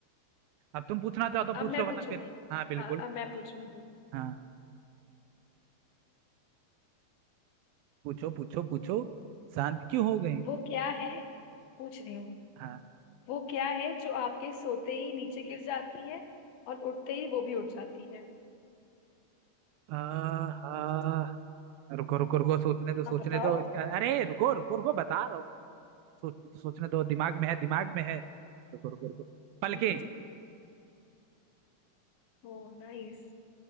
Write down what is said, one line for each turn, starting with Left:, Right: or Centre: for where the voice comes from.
Right: अब तुम पूछना चाहो तो पूछ
Left: अब मैं
Right: लो वरना
Left: पूछूंगी
Right: फिर हाँ बिल्कुल
Left: हाँ अब मैं पूछूंगी
Right: हाँ पूछो पूछो पूछो शांत क्यों हो गई
Left: वो क्या है पूछ रही हूँ
Right: हाँ
Left: वो क्या है जो आपके सोते ही नीचे गिर जाती है और उठते ही वो भी उठ जाती है
Right: आ, हाँ रुको रुको रुको सोचने दो सोचने
Left: अब बताओ
Right: दो इसके अरे रुको रुको रुको बता रहा हूँ सोच, सोचने दो दिमाग में है दिमाग में है रुको रुको रुको पलके
Left: हम्म ओ नाइस